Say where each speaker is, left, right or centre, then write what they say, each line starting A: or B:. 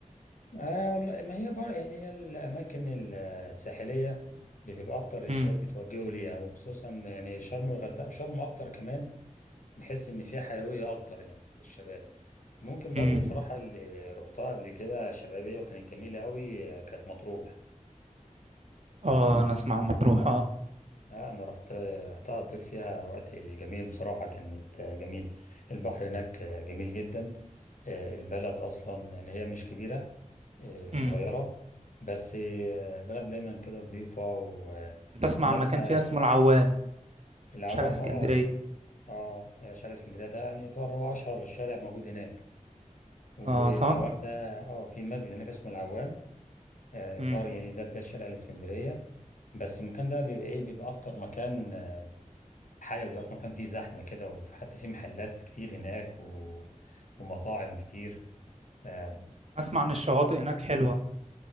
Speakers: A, on the left; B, on the right.
A: اه والله ما هي بقى يعني هي الأماكن ال- الساحلية بتبقى أكتر الشباب
B: امم
A: بيتوجهوا ليها وخصوصا يعني شرم والغردقة شرم أكتر كمان نحس ان فيها حيويه اكتر يعني للشباب ممكن
B: امم
A: برضو بصراحه اللي رحتها قبل كده شبابيه وكانت جميله قوي آه، كانت مطروح
B: اه انا اسمع عن مطروح اه
A: لا انا رحت رحتها قضيت فيها وقت جميل بصراحه كانت آه، جميل البحر هناك آه، جميل جدا آه، البلد اصلا يعني هي مش كبيره آه،
B: امم
A: صغيره بس آه، بلد دايما كده نظيفه و-
B: بسمع
A: وناسها
B: عن مكان فيها اسمه العوام
A: العوام
B: شارع اسكندرية
A: اه اه شارع اسكندريه ده يعني طبعا هو اشهر شارع موجود هناك والعوام
B: اه صح
A: ده اه في مسجد هناك اسمه العوام آه، يعتبر
B: امم
A: يعني ده بداية شارع الإسكندرية بس المكان ده بيبقى ايه بيبقى أكتر مكان آه، حيوي أكتر مكان فيه زحمة كده وحتى فيه محلات كتير هناك و... ومطاعم كتير آه،
B: اسمع عن الشواطئ هناك حلوة